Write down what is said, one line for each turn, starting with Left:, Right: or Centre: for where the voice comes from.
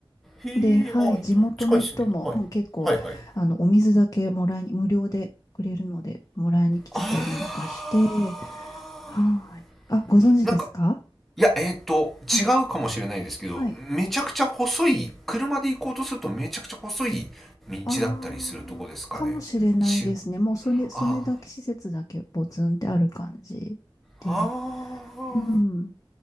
Centre: へえ。
Left: で、はい、
Centre: あ、
Left: 地元の人も、
Centre: 近いですね。はい。
Left: うん結構、
Centre: はいはい。
Left: あの、お水だけもらいに、無料でくれるので、もらいに来てたりなんかして、
Centre: ああ
Left: はい。あ、ご存知ですか
Centre: なんか、いや、えっ、と、
Left: はい。
Centre: 違うかもしれないですけど、
Left: はい。
Centre: めちゃくちゃ細い、車で行こうとするとめちゃくちゃ細い道だったりするとこですかね。
Left: ああ、かもしれないですね。
Centre: ち、
Left: もうそれ、それだけ施設だけポツンってある感じで。
Centre: ああ、ああ。
Left: うん。